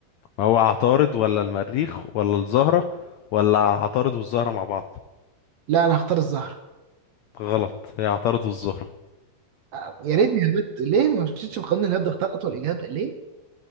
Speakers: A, on the left (about 90°); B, on the right (about 70°).
A: ما هو عطارد ولا المريخ ولا الزهرة ولا عطارد والزهرة مع بعض
B: لا انا هختار الزهرة
A: غلط يعترضوا الزهرة
B: آه، يا ريتني هبت ليه ما مشيتش بقانون الهبد اختار اطول اجابة ليه